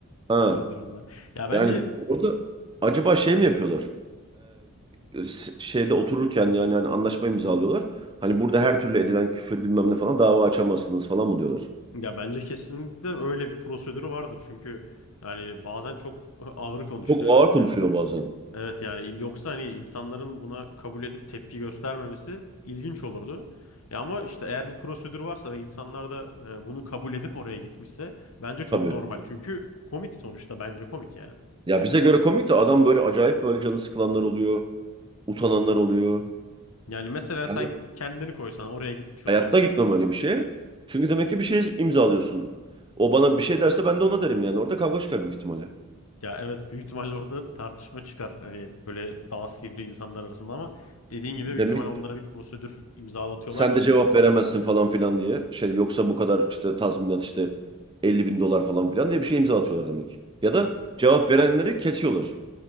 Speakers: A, on the right (about 20°); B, on the left (about 75°).
A: Ha.
B: Öyle durumlar. Ya bence
A: Yani orada acaba şey mi yapıyorlar? E, s- şeyde otururken yani hani anlaşma imzalıyorlar. Hani burada her türlü edilen küfür bilmem ne falan dava açamazsınız falan mı diyorlar?
B: ya bence kesinlikle öyle bir prosedürü vardır. Çünkü yani bazen çok ağır konuşuyor
A: Çok ağır
B: çünkü.
A: konuşuyor bazen.
B: Evet yani il yoksa hani insanların buna kabul edip tepki göstermemesi ilginç olurdu. Ya ama işte eğer bu prosedür varsa ve insanlar da e, bunu kabul edip oraya gitmişse bence çok
A: Tabii.
B: normal. Çünkü komik sonuçta bence komik yani.
A: Ya bize göre komik de adam böyle acayip böyle canı sıkılanlar oluyor. Utananlar oluyor.
B: Yani mesela
A: Yani
B: sen kendini koysan oraya gitmiş olsan
A: hayatta gitmem öyle bir şeye. Çünkü demek ki bir şey imzalıyorsun. O bana bir şey derse ben de ona derim yani. Orada kavga çıkar büyük ihtimalle.
B: ya evet büyük ihtimalle orada tartışma çıkar. Hani böyle daha sivri insanlar arasında ama dediğin gibi
A: Demek
B: büyük ihtimalle onlara
A: ki
B: bir prosedür imzalatıyorlar
A: sen
B: ki
A: de cevap veremezsin falan filan diye. Şey yoksa bu kadar işte tazminat işte elli bin dolar falan filan diye bir şey imza atıyorlar demek ki. Ya da
B: ya,
A: cevap verenleri kesiyorlar.